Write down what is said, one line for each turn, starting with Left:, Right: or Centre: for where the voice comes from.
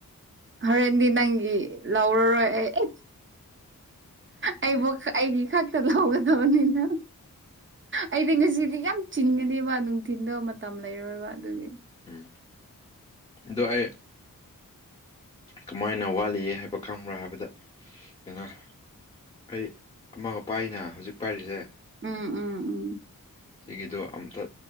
Right: ꯍꯣꯔꯦꯟꯗꯤ ꯅꯪꯒꯤ ꯂꯧꯔꯔꯣꯏ ꯑꯩ ꯑꯩꯕꯨ ꯑꯩꯒꯤ ꯈꯛꯇ ꯂꯧꯒꯗꯕꯅꯤꯅ ꯑꯩꯗꯤ ꯉꯁꯤꯗꯤ ꯌꯥꯝ ꯆꯤꯟꯒꯅꯦꯕ ꯅꯨꯡꯊꯤꯟꯗ ꯃꯇꯝ ꯂꯩꯔꯣꯏꯕ ꯑꯗꯨꯒꯤ
Left: ꯎꯝ ꯑꯗꯣ ꯑꯩ ꯀꯃꯥꯏꯅ ꯋꯥꯠꯂꯤꯌꯦ ꯍꯥꯏꯕ ꯈꯪꯕ꯭ꯔꯥ ꯍꯥꯏꯕꯗ ꯀꯩꯅꯣ ꯑꯩ ꯑꯃ ꯄꯥꯏꯅꯥ ꯍꯧꯖꯤꯛ ꯄꯥꯏꯔꯤꯁꯦ
Right: ꯎꯝ ꯎꯝ ꯎꯝ
Left: ꯁꯤꯒꯤꯗꯣ ꯑꯝꯇ